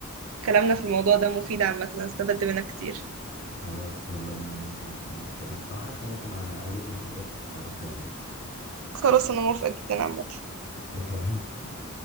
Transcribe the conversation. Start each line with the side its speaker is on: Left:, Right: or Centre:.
Right: كلامنا في الموضوع ده مفيد عامة انا استفدت منك كتير
Left: خلاص يلا بينا ننزل نكمل كلامنا او حتى ممكن اجيب لك القطة تتعرفي عليها
Right: خلاص انا موافقة جدا عامة
Left: اتفقنا <laughs>